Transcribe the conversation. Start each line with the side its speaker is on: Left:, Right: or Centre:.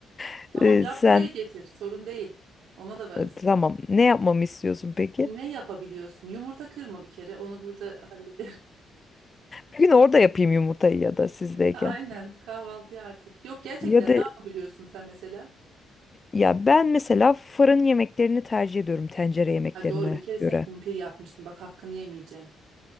Left: <laughs>
Right: Tamam
Left: Ee,
Right: yap
Left: Sen
Right: buraya getir. Sorun değil. Ona da varız.
Left: E, Tamam. Ne yapmamı istiyorsun peki?
Right: Ne yapabiliyorsun? Yumurta kırma bir kere. Onu burada hallederim. <laughs>
Left: Bir gün orada yapayım yumurtayı ya da sizdeyken.
Right: Aynen kahvaltıya artık. Yok gerçekten
Left: Ya da
Right: ne yapabiliyorsun sen mesela?
Left: ya ben mesela fırın yemeklerini tercih ediyorum tencere yemeklerine
Right: Ay doğru bir keresinde
Left: göre.
Right: kumpir yapmıştım. Bak hakkını yemeyeceğim.